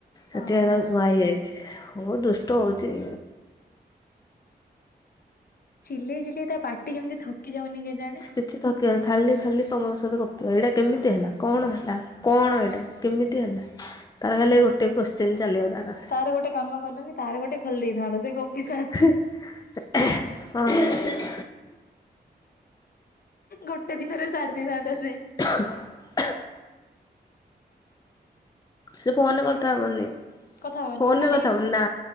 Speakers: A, on the left (about 20°); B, on the left (about 60°).
A: ସେଥିପାଇଁ
B: ଓହୋ।
A: ତାକୁ ଶୁଆ ହେଇଯାଇଛି। ବହୁତ ଦୁଷ୍ଟ ହଉଛି।
B: ଚିଲେଇ ଚିଲେଇ ତା ପାଟି କେମିତି ଥକି ଯାଉନି କେ ଜାଣେ।
A: କିଛି ଥକିବ ନାହିି ଖାଲି ଖାଲି ସମଙ୍କ ସହିତ ଗପ ଏଇଟା କେମିତି ହେଲା ହେଲା କଣ ଏଇଟା କେମିତି ହେଲା। ତାର ଖାଲେ ଗୋଟେ କୋଶ୍ଚିିନ ଚାଲିବ ତାର।
B: ତାର ଗୋଟେ କାମ କଲନି ତାର ଗୋଟେ ଖୋଲି ଦେଇଥାନ୍ତ ସେ ଗପୀଥାନ୍ତ।
A: ହଁ <unintelligible>
B: ଗୋଟେ ଦିନରେ ଛାଡି ଦେଇଥାନ୍ତା ସେ
A: ହ <unintelligible> ସେ ଫୋନରେ କଥା ହବନି
B: କଥା ହବନି
A: ଫୋନ
B: ଖାଲି
A: ରେ କଥା ହବନି ନା